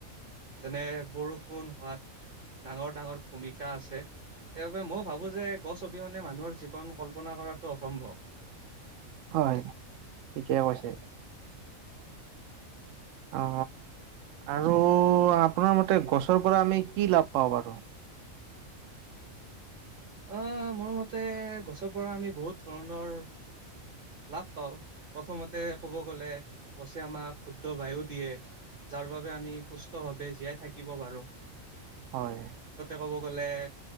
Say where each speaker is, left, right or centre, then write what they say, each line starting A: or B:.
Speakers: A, on the right; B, on the right.
A: যেনে বৰষুণ হোৱাত ডাঙৰ ডাঙৰ ভূমিকা আছে। সেইবাবে মই ভাবো যে গছ অবিহনে মানুহৰ জীৱন কল্পনা কৰাতটো অসম্ভৱ।
B: হয় ঠিকে কৈছে। অ'। আৰু আপোনাৰ মতে গছৰ পৰা আমি কি লাভ পাওঁ বাৰু।
A: অ' মোৰ মতে গছৰ পৰা আমি বহুত ধৰণৰ লাভ পাওঁ প্ৰথমতে ক'ব গ'লে গছে আমাক শুদ্ধ বায়ো দিয়ে। যাৰ বাবে আমি সুস্থ ভাৱে জীয়াই থাকিব পাৰো।
B: হয়,
A: ক'ব গলে